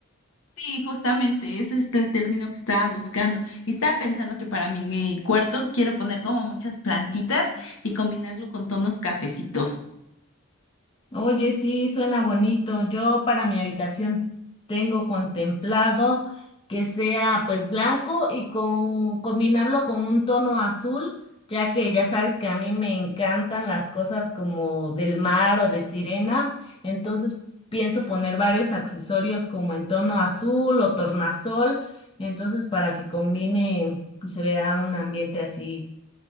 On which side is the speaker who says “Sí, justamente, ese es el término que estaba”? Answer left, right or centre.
Left